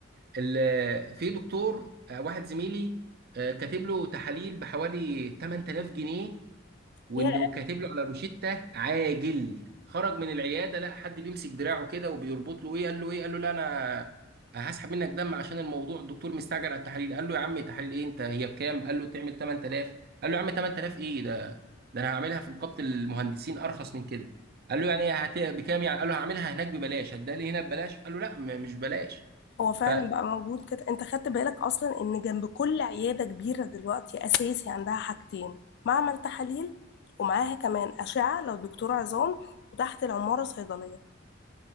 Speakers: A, on the right; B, on the left.
A: ال- في دكتور آه، واحد زميلي آه، كاتب له تحاليل بحوالي 8000 جنيه وانه
B: ايه
A: كاتب له على روشتة عاجل خرج من العياده لا حد بيمسك دراعه كده وبيربط له ايه قال له ايه قال له لا انا هسحب منك دم عشان الموضوع الدكتور مستعجل على التحاليل قال له يا عم تحاليل ايه انت هي بكام قال له تعمل 8000 قال له يا عم 8000 ايه ده ده انا هعملها في نقابه المهندسين ارخص من كده قال له يعني إيه هت... بكام يعني قال له هعملها هناك ببلاش هتديها لي هنا ببلاش قال له لا م- مش ببلاش
B: هو فعلا
A: ف
B: بقى موجود كده انت خدت بالك اصلا ان جنب كل عياده كبيره دلوقتي اساسي عندها حاجتين معمل تحاليل ومعاها كمان اشعه لو دكتور عظام وتحت العماره صيدليه